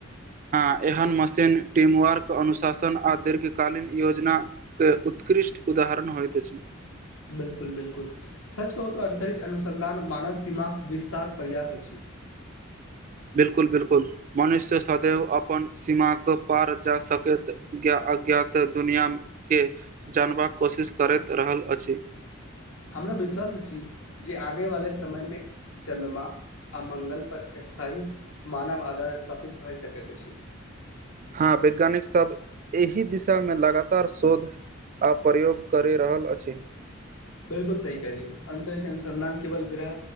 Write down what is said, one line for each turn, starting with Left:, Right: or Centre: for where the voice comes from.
Right: हँ एहन मशीन टीमवर्क अनुशासन आ दीर्घकालीन योजना उत्कृष्ट उदाहरण होइत अछि
Left: बिल्कुल बिल्कुल सच कहू त अंतरिक्ष अनुसन्धान मानव सीमाक विस्तार प्रयास अछि
Right: बिल्कुल बिल्कुल मनुष्य सदैव अपन सीमाके पार जा सकैत ज्ञात अज्ञात दुनिआँ के जानबाक कोशिश करैत रहल अछि
Left: हमरा विश्वास अछि छी जे आने वाले समय में चद्रमा आ मंगल पर स्थायी मानव आधार स्थापित भए सकैत अछि
Right: हँ वैज्ञानिकसभ एहि दिशा में लगातार शोध ओर प्रयोग करि रहल अछि
Left: बिल्कुल सही कहलियौ अन्तरिक्ष अनुसन्धान केवल ग्रह